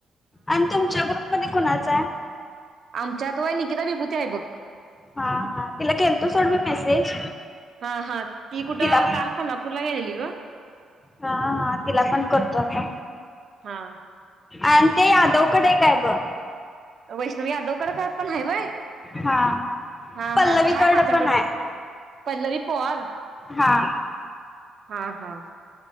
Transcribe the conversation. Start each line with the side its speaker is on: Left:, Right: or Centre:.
Left: आणि तुमच्या ग्रुपमध्ये कुणाचा आहे.
Right: आमच्यात वय निकिता विभूते आहे बघ.
Left: हा हा, तिला केलं तो सोड मी मेसेज.
Right: हा हा ती कुठं
Left: तिला
Right: काल कोल्हापूरला गेलेली ग.
Left: हा हा तिला पण करतो आता.
Right: हा.
Left: आणि ते यादवकडे एकाय ब.
Right: वैष्णव यादवकडे का पण हाय वय,
Left: हा
Right: हा
Left: पल्लवीकडं
Right: हा हाय माझ्याकड.
Left: पण आहे
Right: पल्लवी पोवार,
Left: हा
Right: हा हा‌.